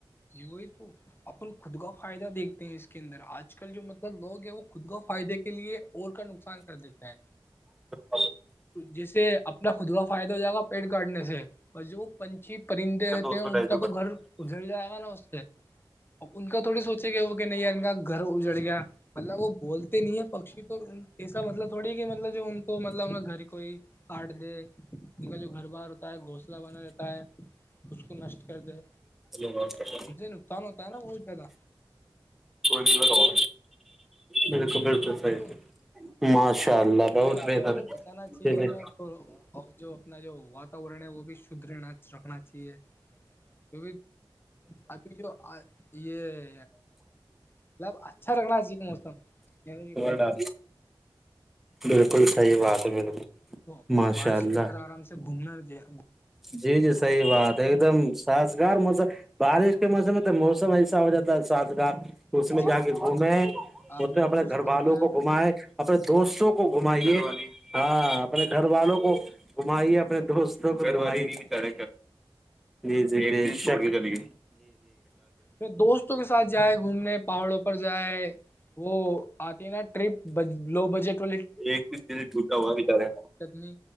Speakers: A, on the left; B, in the centre.
A: یہ وہی تو اپن خود کا فائدہ دیکھتے ہیں اس کے اندر آج کل جو مطلب لوگ ہیں وہ خود کو فائدے کے لیے اور کا نقصان کر دیتا ہے
B: <unintelligible>
A: جس سے اپنا خود کا فائدہ ہو جائے گا پیٹ کاٹنے سے بجو پنچھی پرندے رہتے
B: دو
A: ہیں
B: سو ڈھائی
A: ان کا تو گھر اجھڑ جائے گا نا اس سے ان کا تھوڑی سوچے گئے وہ کہ نہیں یار ان کا گھر اجڑ گیا مطلب وہ بولتے نہیں ہے پکشی تو ایسا مطلب تھوڑی ہے کہ مطلب جو ان کو مطلب اپ گھر کو ہی کاٹ دے ان کا جو گھر بار ہوتا ہے گھونسلہ بنا رہتا ہے اس کو نشٹ کر دے
B: جلو م کرش
A: سے نقصان ہوتا ہے نا بہت زیادہ
B: کوئی لگا م کو بالکل صحی
A: تو
B: ماشاء اللہ بہت
A: پیڑ
B: بہتر
A: پودوں کو بچانا چاہیے
B: ہےیک
A: ہمیں اور جو اپنا جو واتاورن ہے وہ بھی شدھنا رکھنا چاہیے کی ابھی جو یہ مطلب اچھا رکھنا چاہیے موسم کہنے کی بات
B: ڈ آ
A: ہے
B: بالکل صحیح بات ہے بالکل
A: اور
B: ماشاء
A: بارش
B: اللہ
A: کے اندر آرام سے گھومنا دیا
B: جی جی صحیح بات ایک دم سازگار موسم بارش کے موسم میں تو موسم ایسا ہو جاتا ہے سازگار اس میں
A: جی
B: جا کے گھومے اس
A: آپ نے
B: میں اپنے
A: درست
B: گھر
A: فرمایا
B: والوں کو گھمائے اپنے دوستوں کو گھمائیے ہاں اپنے گھر والوں کو گمائیے اپنے دوستوں کوے کیاے جی جی چلیے
A: پھر دوست دو کے ساتھ جائے گھومنے پہاڑوں پر جائے وہ آتی ن پ لو بجٹ کو
B: ایک جوٹا ہوا بچارے
A: نہیں